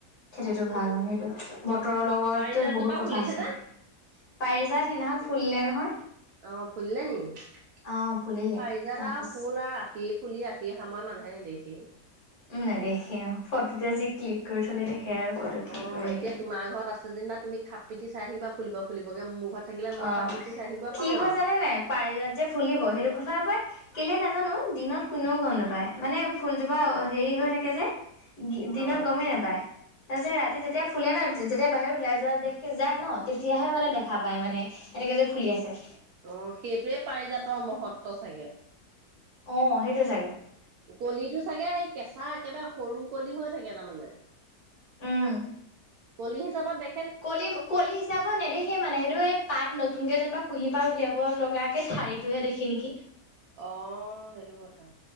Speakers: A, on the left; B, on the right.
A: খেতিটো ভাল আৰু সেইটো বতৰৰ লগত
B: পাৰিজাতজোপা
A: বহুত কথা
B: ফুলিছে
A: আছে
B: নে
A: পাৰি যাত সিদিনাখন ফুলিলে নহয়।
B: অ ফুলিলে নি পাৰিজাট
A: অ ফুলিলে তাৰপিছত
B: আৰু ফুল আৰু ৰাতি ৰাতি ফুলি ৰাতিয়ে সামৰে মানুহে নেদেখি
A: উম, নাই দেখে অ, ফটোতে আজি ক্লিক কৰি থলে দেখে আৰু। ফটো ক্লিক
B: অ
A: কৰি ৰাখিলে
B: এতিয়া তোমাৰ ঘৰত আছে যেনিবা তুমি খাপ পিতি চাই থাকিবা ফুলিব খুলিবগে মোৰ ঘৰত থাকিলে মই
A: অ
B: খাপ পিতি চাই থাকিব
A: কি
B: পাৰো
A: হয় জানে নাই পাৰিজাত যে ফুলিব সেইটো কথা পাই কেলে নাজানো দিনত কোনেও গম নাপায় মানে ফুলজোপা
B: আৰু
A: হেৰি হৈ থাকে যে দিনত
B: অ
A: গমেই
B: অ
A: নাপায় তাৰপিছত ৰাতি যেতিয়া ফুলে ন যেতিয়া বাহিৰত ওলাই যোৱা দে যায় ন তেতিয়াহে মানে দেখা পায় মানে। এনেকৈ যে ফুলি আছে
B: উ, সেইটোৱে পাৰিজাতৰ মহত্ব চাগে।
A: অ সেইটো চাগে
B: কলিটো চাগে সেই কেচা একেবাৰে সৰু কলি হৈ থাকে তাৰমানে।
A: উম
B: কলি হিচাবত দেখি
A: কলি কলি হিচাপ নেদেই সেই মানে সেইটো এই পাত নতুনকে যেনিবা কুঁহি পাৰ উলিয়াব লগাক কে ঠাৰিটোহে দেখি নেকি
B: অ, সেইটো কথা।